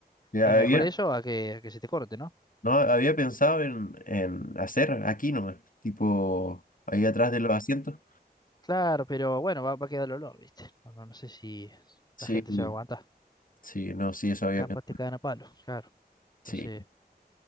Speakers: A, on the left (about 55°); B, on the left (about 25°).
A: Ya,
B: Es mejor
A: había,
B: eso a que, a que se te corte, ¿no?
A: No, había pensado en, en hacer aquí nomás, tipo ahí atrás de los asientos.
B: Claro, pero bueno, va, va a quedar el olor, ¿viste? No, no, no sé si
A: Sí,
B: la gente se va a aguantar.
A: sí, no, sí, eso había
B: Capaz
A: pensado.
B: te cagan a palo, claro. Entonces,
A: Sí.